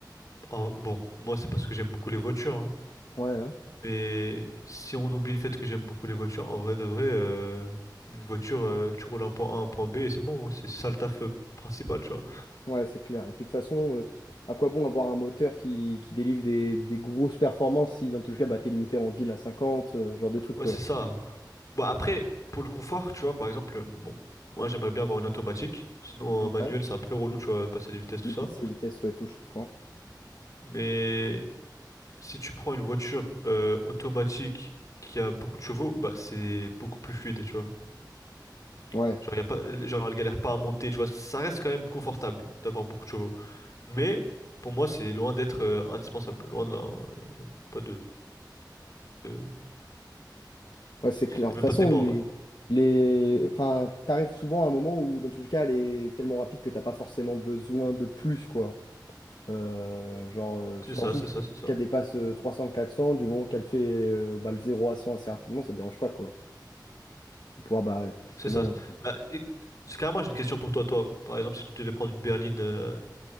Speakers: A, on the left (about 45°); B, on the left (about 70°).
A: ah, bon, moi, c'est parce que j'aime beaucoup les voitures, hein,
B: Ouais, ouais,
A: mais si on oublie le fait que j'aime beaucoup les voitures, en vrai de vrai, euh, une voiture, euh, tu roules un point A, un point B et c'est bon, hein, c'est ça le taf euh, principal, tu vois.
B: Ouais, c'est clair. Et puis, de toute façon, euh, à quoi bon avoir un moteur qui, qui délivre des, des grosses performances si, dans tous les cas, bah, t'es limité en ville à 50, euh, ce genre de trucs,
A: Ouais,
B: quoi.
A: c'est ça. Bah, après, pour le confort, tu vois, par exemple, bon, moi, j'aimerais bien avoir une automatique. Sinon,
B: Ouais.
A: un manuel, c'est un peu relou, tu vois, passer les vitesses, tout
B: Les
A: ça.
B: PC, vitesse, ouais, tout, je comprends.
A: Mais. Si tu prends une voiture euh, automatique qui a beaucoup de chevaux, bah c'est beaucoup plus fluide, tu vois.
B: Ouais,
A: Genre, y a pas, genre elle galère pas à monter, tu vois. Ça reste quand même confortable d'avoir beaucoup de chevaux. Mais pour moi, c'est loin d'être euh, indispensable. Loin de là. hein. Y a même Pas de, de-
B: ouais, c'est clair.
A: y
B: De
A: a
B: toute
A: même
B: façon,
A: pas de débat
B: les.
A: en vrai.
B: Les... Enfin, t'arrives souvent à un moment où, dans tous les cas, elle est tellement rapide que t'as pas forcément besoin de plus, quoi. Euh, genre, euh, tu
A: C'est
B: t'en
A: ça,
B: fous
A: c'est ça, c'est ça.
B: qu'elle dépasse euh, trois cents quatre cents du moment qu'elle fait euh, bah, le zéro à 100 assez rapidement, ça te dérange pas, quoi. Pour pouvoir, bah, justement.
A: C'est ça.
B: euh,
A: Bah, et- c'est carrément, j'ai une question pour toi. Toi, par exemple, si tu devais prendre une berline, euh,